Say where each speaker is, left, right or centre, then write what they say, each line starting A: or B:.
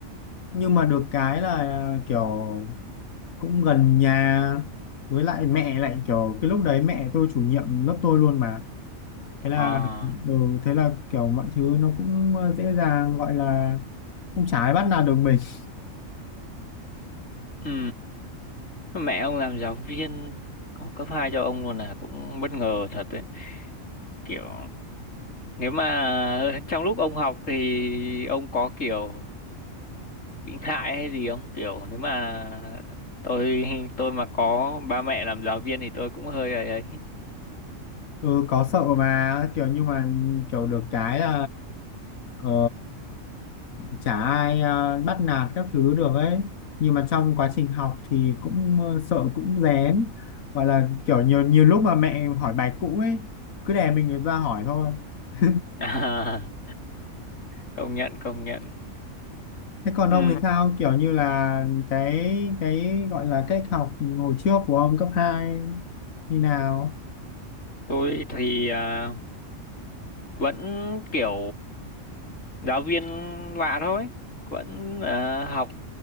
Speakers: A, on the left; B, on the left.
A: nhưng mà được cái là kiểu cũng gần nhà với lại mẹ lại kiểu cái lúc đấy mẹ tôi chủ nhiệm lớp tôi luôn mà thế là
B: À,
A: ừ, thế là kiểu mọi thứ nó cũng ờ, dễ dàng gọi là không trái bắt nạt được mình <laughs>
B: ừ, ừ. Mẹ ông làm giáo viên của cấp 2 cho ông luôn là cũng bất ngờ thật đấy. Kiểu nếu mà <laughs> trong lúc ông học thì ông có kiểu bị ngại hay gì không? Kiểu nếu mà tôi tôi mà có ba mẹ làm giáo viên thì tôi cũng hơi ấy ấy.
A: ừ có sợ mà kiểu nhưng mà kiểu được cái là ờ, chả ai ờ, bắt nạt các thứ được ấy nhưng mà trong quá trình học thì cũng ờ, sợ cũng rén gọi là kiểu nhiều nhiều lúc mà mẹ hỏi bài cũ ấy cứ đè mình ra hỏi thôi <laughs>
B: <laughs> À, công nhận công nhận.
A: thế còn
B: Ừ.
A: ông thì sao kiểu như là cái cái gọi là cách học hồi trước của ông cấp 2 như nào
B: Tôi thì à, vẫn kiểu giáo viên lạ thôi, vẫn à, học